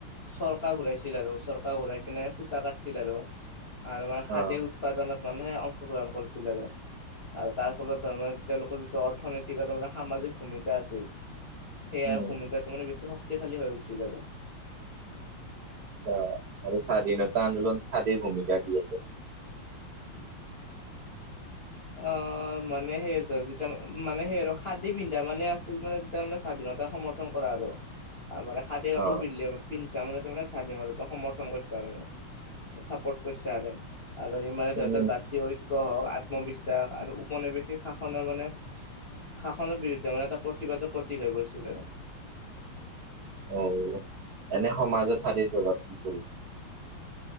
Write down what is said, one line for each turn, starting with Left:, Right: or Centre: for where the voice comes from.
Left: চৰকা ঘূৰাইছিল আৰু চৰকা ঘূৰাই কিনে সূতা কাট-ছিল আৰু আৰু মানে খাদে
Right: অ',
Left: উৎপাদনত মানেহে অংশগ্ৰহণ কৰিছিল আৰু আৰু তাৰ ফলত ধৰ তেওঁলোকৰ যিটো অৰ্থনৈতিক মানে সামাজিক ভূমিকা আছিল সেয়া
Right: উম,
Left: ভূমিকাটো মানে বেছি শক্তিশালী হৈ উঠিছিল আৰু
Right: আচ্ছা আৰু স্বাধীনতা আন্দোলন খাদীৰ ভূমিকা কি আছি
Left: অ মানে সেই যেতিয়া মানে সেই আৰু খাদী পিন্ধা মানে আছিল মানে তেতিয়া মানে স্বাধীনতাৰ সমৰ্থন কৰা আৰু মানে খাদে কাপোৰ
Right: অ',
Left: পিন্ধলে পিনছা মানে তুমি মানে স্বাধীনতা সমৰ্থন কৰছা আৰু মানে চাপৰ্ট কৰছা আৰু আৰু ই মানে
Right: উম,
Left: ধৰি ত
Right: উম,
Left: জাতিয় ঐক্য হওক আত্মবিশ্বাস আৰু উপনিৱেশিক শাসনৰ মানে শাসনৰ বিৰুদ্ধে মানে এটা প্ৰতিবাদৰ প্ৰতীক হৈ পৰিছিল আৰু
Right: অ ও অ এনে সমাজত খাদিৰ প্ৰভাৱ কি পৰিছে।